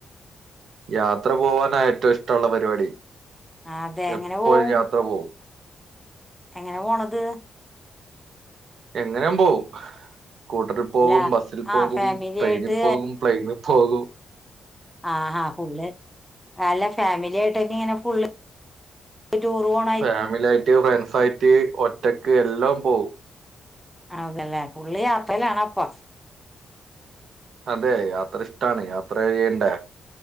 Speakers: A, on the right (about 65°); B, in the centre.
A: യാത്ര പോവാനാ ഏറ്റുഷ്ടുള്ള പരിപാടി
B: അതെ എങ്ങനെ
A: എപ്പോയും
B: പോവും
A: യാത്ര പോവും
B: എങ്ങനെ പോണത്
A: എങ്ങനെയുമ്പോവും സ്കൂട്ടറിപോകും
B: അല്ല
A: ബസ്സിൽ
B: ആ
A: പോകും
B: ഫാമിലി
A: ട്രെയിനിൽ
B: ആയിട്ട്
A: പോകും പ്ലെയിനിപോകും
B: ആഹ് ആഹ് ഫുള്ള് അല്ല ഫാമിലിയായിട്ടൊക്കെ ഇങ്ങന ഫുള്ള് റ്റൂറ് പോ-
A: ഫാമിലിയായിറ്റ് ഫ്രണ്ട്സായിറ്റ് ഒറ്റക്ക് എല്ലാം പോവും
B: അതല്ലേ ഫുളള് യാത്രയിലണപ്പം
A: അതെ യാത്ര ഇഷ്ടാണ് യാത്ര ചെയ്യേണ്ടേ